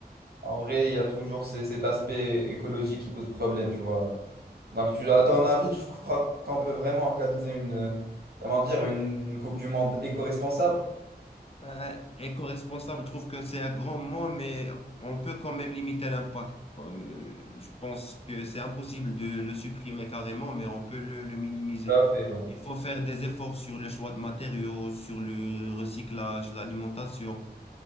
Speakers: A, on the right (about 65°); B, on the left (about 35°).
A: En vrai, il y a toujours ces- cet aspect écologique qui pose problème, tu vois. Donc, tu, à ton avis, tu crois qu'on peut vraiment organiser une, euh, comment dire, une Coupe du Monde éco-responsable?
B: Ben, éco-responsable, je trouve que c'est un grand mot, mais on peut quand même limiter l'impact. Euh, je pense que c'est impossible de le supprimer carrément, mais on peut le, le minimiser.
A: Tout à fait, ouais.
B: Il faut faire des efforts sur le choix de matériaux, sur le recyclage, l'alimentation.